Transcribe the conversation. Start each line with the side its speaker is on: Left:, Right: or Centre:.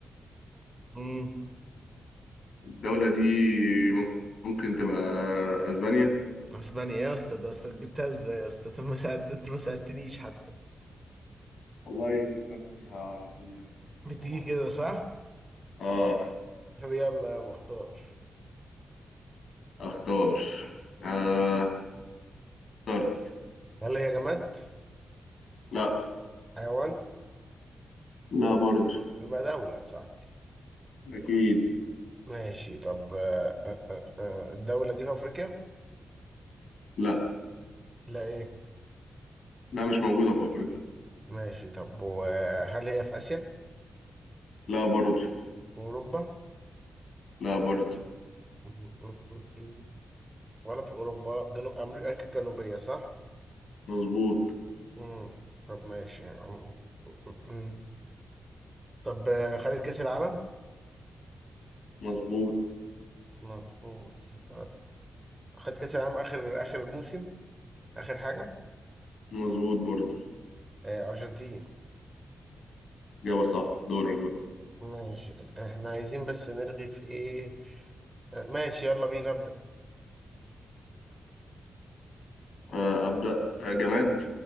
Right: امم
Left: الدولة دي ممكن تبقى اسبانيا
Right: اسبانيا ايه يا اسطى ده اصلا جبتها ازاي يا اسطى طب ما ساعد انت ما ساعدتنيش حتى
Left: والله فكرت فيها على طول يعني كنت
Right: بتيجي
Left: اضربها
Right: كده
Left: كده
Right: صح
Left: اه
Right: طب يلا يا مختار
Left: اختار آه، اخترت
Right: هل هي جماد
Left: لا
Right: حيوان
Left: لا برضو
Right: يبقى دولة يا صاحبي
Left: اكيد
Right: ماشي طب آه، آه، آه، آه، الدولة دي في أفريقيا؟
Left: لا
Right: لا إيه
Left: لا مش موجودة في افريقيا
Right: ماشي طب وهل هي في آسيا؟ في
Left: لا برضو
Right: أوروبا؟
Left: لا برضو
Right: م- م- م- م. ولا في أوروبا؟ ولا في جنوب أمريكا الجنوبية صح؟
Left: مظبوط
Right: مم. طب ماشي م- م- م. طب آه، خدت كأس العالم؟
Left: مظبوط
Right: مظبوط آه، خدت كأس العالم آخر آخر موسم آخر حاجة؟
Left: مظبوط برضو
Right: آه، أرجنتين
Left: اجابة صح دورك بقى
Right: ماشي احنا عايزين بس نرغي في إيه؟ آه، ماشي يلا بينا نبدأ
Left: آه، ابدأ آه، جماد